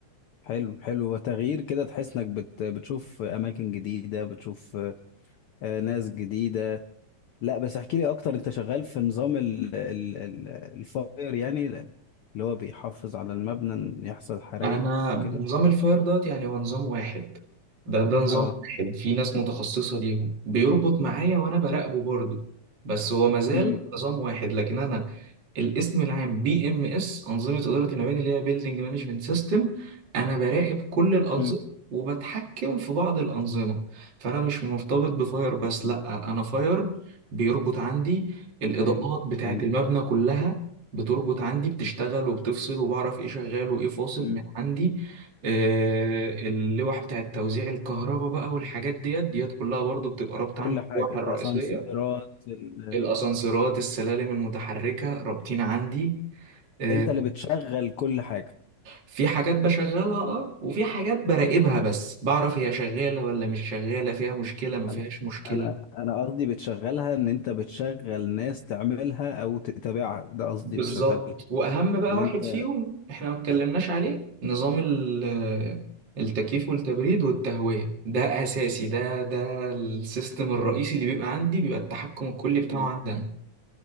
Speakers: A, on the left; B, on the right.
A: حلو حلو وتغيير كده تحس انك بت... بتشوف اماكن جديدة بتشوف آه، ناس جديدة لا بس احكي لي اكتر انت شغال في نظام ال ال ال الفاير يعني اللي هو بيحافظ على المبنى إن يحصل حرائق
B: انا
A: وكده
B: نظام الفاير دوت يعني هو نظام واحد ده ده نظام
A: اه
B: واحد في ناس متخصصة ليهم بيربط معايا وانا براقبه برضه بس هو مازال
A: امم
B: نظام واحد لكن انا الاسم العام بي ام اس انظمه اداره المباني اللي هي بيلدنج مانجمنت سيستم انا براقب كل الانظمه
A: امم
B: وبتحكم في بعض الانظمه فانا مش مرتبط بفاير بس
A: مم.
B: لا انا فاير بيربط عندي الاضاءات
A: فهمت
B: بتاعه
A: فهمت
B: المبنى كلها بتربط عندي بتشتغل وبتفصل وبعرف ايه شغال وايه فاصل
A: امم
B: من عندي آه، اللوح بتاعه توزيع الكهرباء بقى والحاجات ديت ديت كلها برضو بتبقى رابطه
A: كل
B: عندي
A: حاجة
B: اللوحه الرئيسيه
A: اسانسيرات ال...
B: الاسانسيرات السلالم المتحركه رابطين عندي آه،
A: انت اللي بتشغل كل حاجة
B: في حاجات بشغلها اه وفي حاجات براقبها بس بعرف هي شغالة ولا
A: أيوة.
B: مش شغالة فيها مشكلة ما فيهاش
A: انا
B: مشكلة
A: انا أنا قصدي بتشغلها ان انت بتشغل ناس تعملها او تتابعها ده قصدي
B: بالظبط
A: بتشغلها
B: واهم بقى
A: ان
B: واحد
A: انت
B: فيهم احنا ما اتكلمناش عليه نظام ال- آه، التكييف والتبريد والتهوية ده اساسي ده ده السيستم الرئيسي اللي بيبقى عندي بيبقى التحكم الكلي بتاعه
A: أمم.
B: عندنا